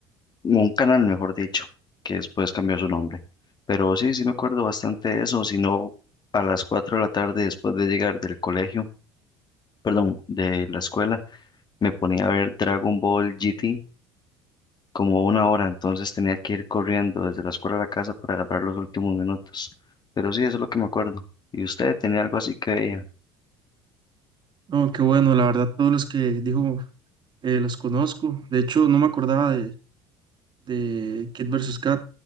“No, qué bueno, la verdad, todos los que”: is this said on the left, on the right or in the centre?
Right